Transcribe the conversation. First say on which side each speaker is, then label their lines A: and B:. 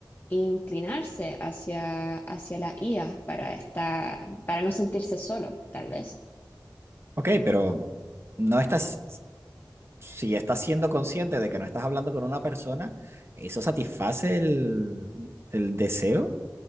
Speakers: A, on the left; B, on the right.
A: inclinarse hacia, hacia la IA para estar, para no sentirse solo, tal vez.
B: Ok, pero no estás si estás siendo consciente de que no estás hablando con una persona, eso satisface el, el deseo,